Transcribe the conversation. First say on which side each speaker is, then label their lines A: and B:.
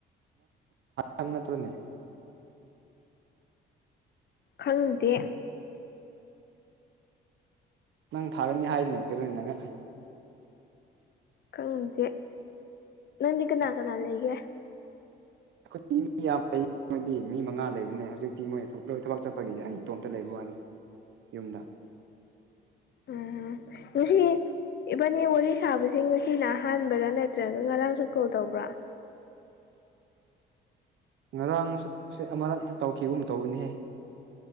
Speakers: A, on the right; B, on the left.
A: ꯅꯪ <unintelligible>
B: ꯈꯪꯗꯦ
A: ꯅꯪ ꯊꯥꯔꯅꯤ ꯍꯥꯏꯅꯦ <unintelligible>
B: ꯈꯪꯗꯦ ꯅꯪꯗꯤ ꯀꯅꯥ ꯀꯅꯥ ꯂꯩꯒꯦ
A: ꯑꯈꯣꯏꯗꯤ ꯃꯤ ꯌꯥꯝ ꯂꯩ ꯃꯣꯏꯗꯤ ꯃꯤ ꯃꯉꯥ ꯂꯩꯕꯅꯦ ꯍꯧꯖꯤꯛꯇꯤ ꯃꯣꯏ ꯂꯣꯏ ꯊꯕꯛ ꯆꯠꯄꯒꯤ ꯑꯩ ꯏꯇꯣꯝꯇꯥ ꯂꯩꯕ ꯋꯥꯅꯤ ꯌꯨꯝꯗ
B: ꯎꯝ ꯉꯁꯤ ꯏꯕꯥꯅꯤ ꯋꯥꯔꯤ ꯁꯥꯕꯁꯦ ꯉꯁꯤꯅ ꯑꯍꯥꯟꯕꯔꯥ ꯅꯠꯇ꯭ꯔꯒ ꯉꯔꯥꯡꯁꯨ ꯀꯣꯜ ꯇꯧꯕ꯭ꯔꯥ
A: ꯉꯔꯥꯡꯁꯦ ꯑꯃꯔꯛꯇꯥ ꯇꯧꯈꯤꯒꯨꯝ ꯇꯧꯕꯅꯤꯍꯦ